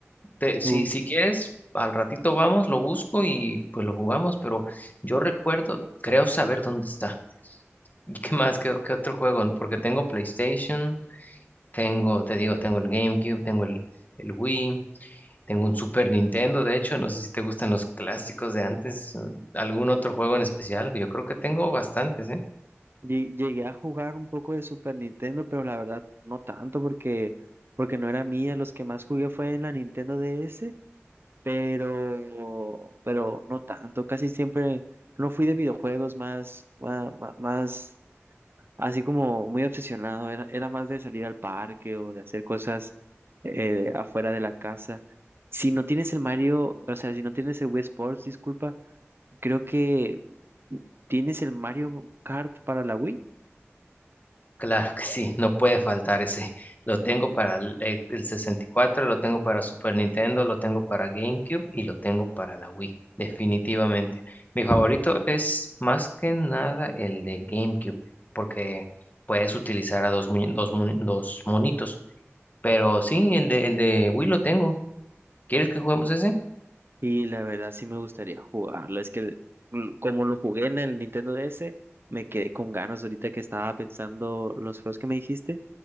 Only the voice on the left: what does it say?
Te- si,
si quieres, al ratito vamos, lo busco y pues lo jugamos, pero yo recuerdo, creo saber dónde está. <laughs> ¿Y qué más? ¿Qué, qué otro juego? Porque tengo PlayStation, tengo, te digo, tengo el GameCube, tengo el, el Wii. Tengo un Super Nintendo, de hecho, no sé si te gustan los clásicos de antes, eh, algún otro juego en especial. Yo creo que tengo bastantes, ¿eh?
Claro que sí, no puede faltar ese. <laughs> Lo tengo para el, eh, el 64, lo tengo para Super Nintendo, lo tengo para GameCube y lo tengo para la Wii, definitivamente. Mi favorito es más que nada el de GameCube, porque puedes utilizar a dos, muñe- dos, mu- dos monitos. Pero sí, el de, el de Wii lo tengo. ¿Quieres que juguemos ese?